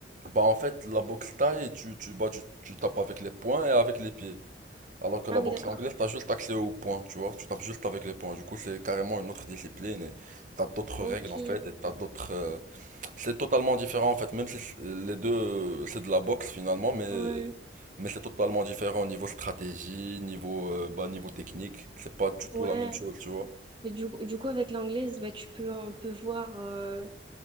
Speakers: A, on the right; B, on the right.
A: bah, en fait, la boxe thaï, tu, tu, bah, tu, tu tapes avec les poings et avec les pieds. Alors que
B: Ah
A: la
B: oui,
A: boxe
B: d'accord.
A: anglaise, t'as juste accès aux points, tu vois. Tu tapes juste avec les points. Du coup, c'est carrément une autre discipline et t'as d'autres
B: Ok.
A: règles en fait et t'as d'autres. euh, C'est totalement différent en fait. Même si c'est- les deux, euh, c'est de la boxe finalement, mais
B: Ouais.
A: mais c'est totalement différent au niveau stratégie, niveau euh, bah, niveau technique. C'est pas du tout
B: Ouais.
A: la même chose, tu vois.
B: Mais du, du coup, avec l'anglaise, bah, tu peux un peu voir. euh,